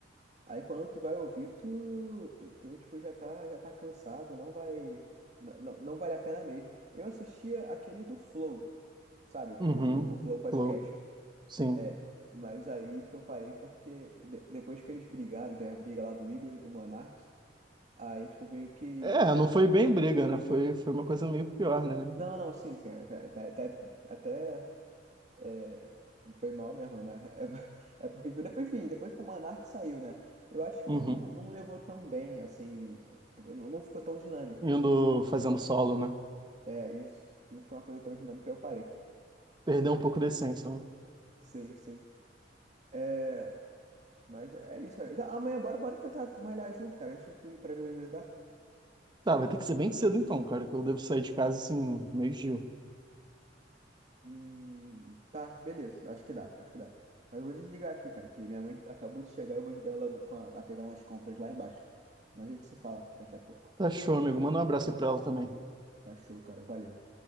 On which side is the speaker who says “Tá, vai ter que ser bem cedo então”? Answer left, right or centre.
Right